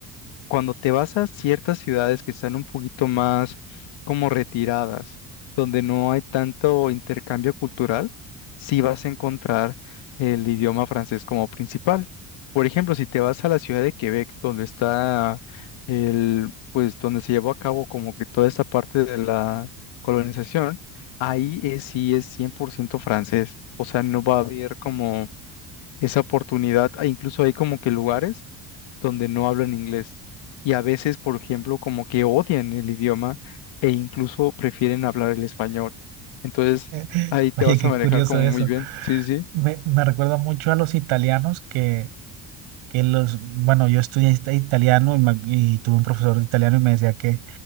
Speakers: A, on the left; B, on the right.
A: Cuando te vas a ciertas ciudades que están un poquito más como retiradas, donde no hay tanto intercambio cultural, sí vas a encontrar el idioma francés como principal. Por ejemplo, si te vas a la ciudad de Quebec, donde está el, pues donde se llevó a cabo como que toda esta parte de la colonización, ahí es- sí es 100% francés. O sea, no va a haber como esa oportunidad. e Incluso hay como que lugares donde no hablan inglés. Y a veces, por ejemplo, como que odian el idioma e incluso prefieren hablar el español. Entonces,
B: <laughs>
A: ahí te
B: Oye,
A: vas
B: qué
A: a manejar
B: curioso
A: como
B: eso.
A: muy bien. Sí, sí. sí.
B: Me, me recuerda mucho a los italianos que que los, bueno, yo estudié ita- italiano y, ma- y tuve un profesor de italiano y me decía que